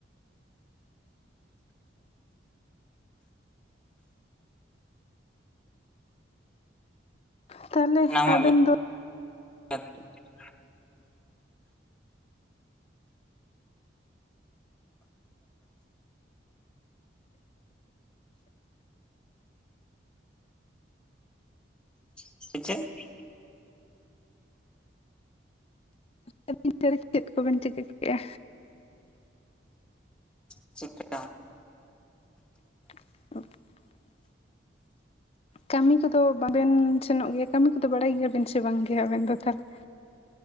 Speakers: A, on the left; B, in the centre.
A: ᱛᱟᱦᱚᱞᱮ
B: ᱧᱟᱢᱚᱜ
A: ᱟᱵᱮᱱ
B: ᱜᱮᱭᱟ
A: ᱫᱚ,
B: <inaudible> <inaudible>
A: <inaudible> ᱨᱮ ᱪᱮᱫ ᱠᱚᱵᱮᱱ ᱪᱤᱠᱟᱹ ᱠᱮᱫᱼᱟ᱾
B: <inaudible>
A: <inaudible> ᱠᱟᱹᱢᱤ ᱠᱚᱫᱚ ᱵᱟᱵᱮᱱ ᱥᱮᱱᱚᱜ ᱜᱮᱭᱟ, ᱠᱟᱹᱢᱤ ᱠᱚᱫᱚ ᱵᱟᱲᱟᱭ ᱜᱮᱭᱟᱵᱮᱱ ᱥᱮ ᱵᱟᱝ ᱜᱮ ᱟᱵᱮᱱ ᱫᱚ ᱛᱟᱦᱚᱞᱮ ᱾